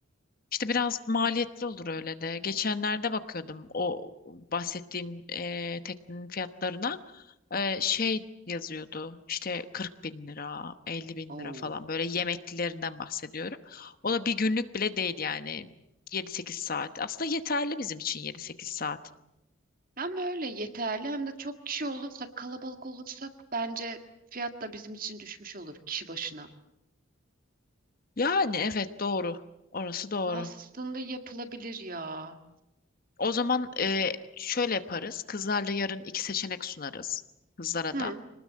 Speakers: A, on the left; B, on the right.
A: İşte biraz maliyetli olur öyle de. Geçenlerde bakıyordum o bahsettiğim e, teknenin fiyatlarına. E, şey yazıyordu işte 40 bin lira, 50 bin
B: Oo.
A: lira falan böyle yemeklilerinden bahsediyorum. O da bir günlük bile değil yani 7-8 saat. Aslında yeterli bizim için 7-8 saat.
B: Hem böyle yeterli hem de çok kişi olursak, kalabalık olursak bence fiyat da bizim için düşmüş olur kişi başına.
A: Yani evet doğru. Orası doğru.
B: Aslında yapılabilir ya.
A: O zaman e, şöyle yaparız. Kızlarla yarın iki seçenek sunarız kızlara
B: Hı,
A: da.